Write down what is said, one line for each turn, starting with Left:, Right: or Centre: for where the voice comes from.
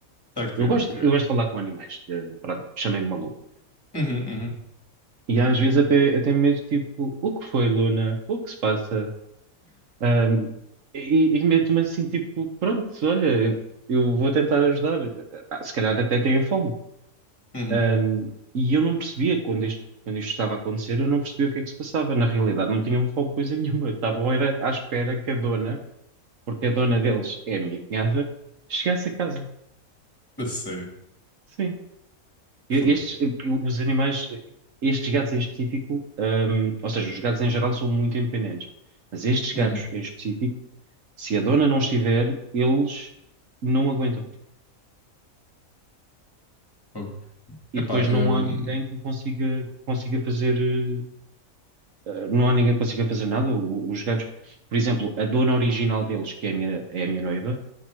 Left: Ok,
Right: Eu
Left: ok.
Right: gosto, eu gosto de falar com animais, eh, pronto, chamei-me maluco.
Left: Uhum, uhum.
Right: E às vezes até, até mesmo tipo, o que foi, Luna? O que se passa? Ahm, e e meto-me assim, tipo, pronto, olha, eu, eu vou tentar ajudar. Ah, se calhar até têm fome.
Left: Uhum.
Right: Ahm, e eu não percebia quando isto, quando isto estava a acontecer, eu não percebia o que é que se passava. Na realidade, não tinham fome coisa nenhuma. Estavam era à espera que a dona, porque a dona deles é a minha cunhada, chegasse a casa.
Left: A sério.
Right: Sim.
Left: Fogo.
Right: E- Estes, os animais, estes gatos em específico, hum, ou seja, os gatos em geral são muito independentes, mas estes gatos
Left: Uhum.
Right: em específico, se a dona não estiver, eles não aguentam.
Left: Fogo. Epá,
Right: E depois
Left: hum,
Right: não há ninguém que consiga, consiga fazer, eh, eh, não há ninguém que consiga fazer nada. O- Os gatos, por exemplo, a dona original deles, que é a minha, é a minha noiva,